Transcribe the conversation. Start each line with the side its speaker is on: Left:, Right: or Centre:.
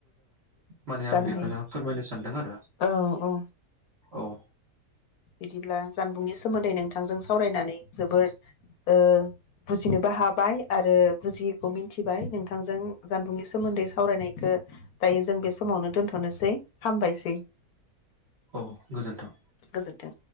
Right: माने आं
Left: जानो
Right: बेखौनो
Left: हायो
Right: फोरमायनो सानदों आरो
Left: औ औ
Right: औ
Left: बिदिब्ला जानबुंनि सोमोन्दै नोंथांजों सावरायनानै जोबोर ओ बुजिनोबो हाबाय आरो बुजियैखौ मिथिबाय नोंथांजों जानबुंनि सोमोन्दै सावरायनायखौ दायो जों बे समावनो दोनथ'नोसै हामबायसै
Right: औ गोजोन्थों
Left: गोजोन्थों